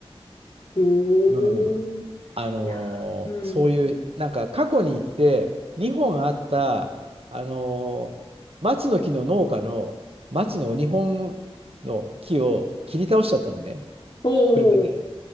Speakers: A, on the left (about 50°); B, on the right (about 65°).
A: おー。
B: うん。あのーそういう、
A: いや、うん。
B: なんか過去に行って、日本あった、あのー松の木の農家の松の日本の木を切り倒しちゃったのね、
A: おー
B: 車で。